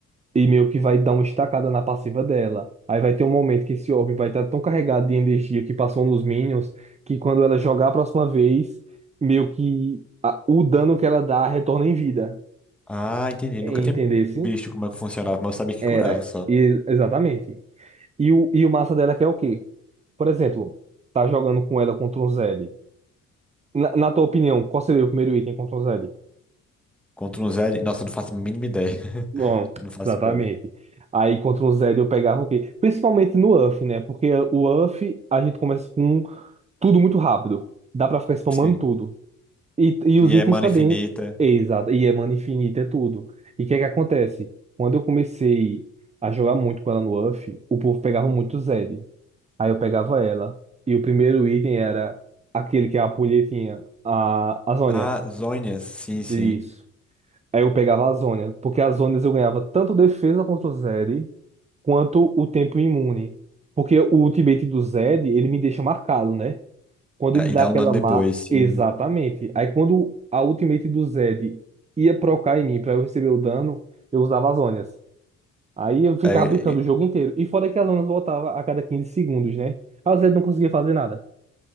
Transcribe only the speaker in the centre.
Ah, entendi.
Nunca tinha
visto como é que funcionava, mas eu sabia que
curava só.
Contra um Zed Nossa, eu não faço a mínima ideia. <laughs>
Não faço
ideia.
Sim.
E
é mana
infinita.
Ah, Zhonha, sim, sim.
É,
E
dá
um dano depois,
sim.
É,
e-